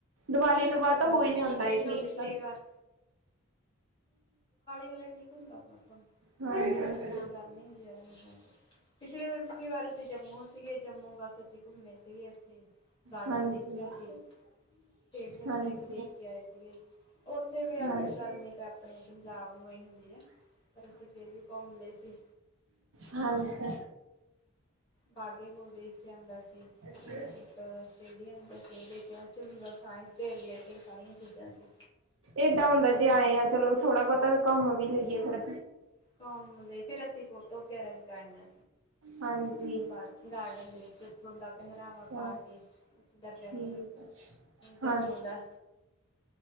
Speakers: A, on the right (about 65°); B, on the left (about 20°).
A: ਦੀਵਾਲੀ ਤੋਂ ਬਾਅਦ ਤਾਂ ਹੋਈ
B: ਪਿਛਲੀ
A: ਜਾਂਦਾ ਏ ਠੀਕ
B: ਤੋਂ ਪਿਛਲੀ
A: ਆ
B: ਵਾਰ ਉਸ ਵੇਲੇ ਠੀਕ ਹੁੰਦਾ ਮੌਸਮ
A: ਹਾਂਜੀ।
B: ਨਾ ਗਰਮੀ ਹੁੰਦੀ ਜਿਆਦਾ ਨਹੀਂ ਕਰਦੀ ਪਿਛਲੀ ਵਾਰ ਪਿਛਲੀ ਵਾਰ ਅਸੀਂ ਜੰਮੂ ਸੀਗੇ ਜੰਮੂ ਬਸ ਅਸੀਂ ਘੁੰਮੇ ਸੀਗੇ ਇੱਥੇ ਗਾਰਡਨ
A: ਹਾਂਜੀ,
B: ਦੇਖਿਆ ਸੀ ਸਟੇਡੀਅਮ
A: ਹਾਂਜੀ,
B: ਜਾਂ ਦੇਖ ਕੇ ਆਏ ਸੀਗੇ ਉੱਥੇ ਵੀ
A: ਹਾਂਜੀ,
B: ਆਪਣੀ ਗਰਮੀ
A: ਹਾਂਜੀ।
B: ਤੇ ਆਪਣੇ ਪੰਜਾਬ ਉ ਹੀ ਹੁੰਦੀ ਆ ਪਰ ਅਸੀਂ ਫੇਰ ਵੀ ਘੁੰਮ ਲਏ ਸੀ।
A: ਹਾਂਜੀ
B: ਬਾਗੇ ਬਹੁ ਦੇਖ ਕੇ ਆਉਂਦਾ ਸੀ।
A: <inaudible>
B: ਇੱਕ ਸਟੇਡੀਅਮ ਸੀ ਉਹ ਦੇਖਿਆ ਉਹ 'ਚ ਮਤਲਬ ਸਾਇੰਸ ਦੇ ਰਿਲੇਟਿਡ ਸਾਰੀਆਂ ਚੀਜ਼ਾਂ ਸੀ।
A: ਏਡਾ ਹੁੰਦਾ ਜੇ ਆਏ ਆ ਚਲੋ ਥੋੜ੍ਹਾ ਬਹੁਤਾ ਘੁੰਮ ਵੀ ਲਈਏ ਫਿਰ
B: ਘੁੰਮ ਲ ਫੇਰ ਅਸੀਂ ਫੋਟੋ ਵਗੈਰਾ ਕਰਾਇਆ
A: ਹਾਂਜੀ।
B: ਇੱਥੇ ਗਾਰਡਨ ਦੇ ਵਿੱਚ ਇੱਥੋਂ ਦਾ ਪਹਿਰਾਵਾ
A: ਅੱਛਾ
B: ਪਾ ਕੇ ਉੱਥੋਂ ਦਾ ਡਰੈਸ
A: ਠੀਕ ਆ ਹਾਂਜੀ।
B: ਜੰਮੂ ਦਾ।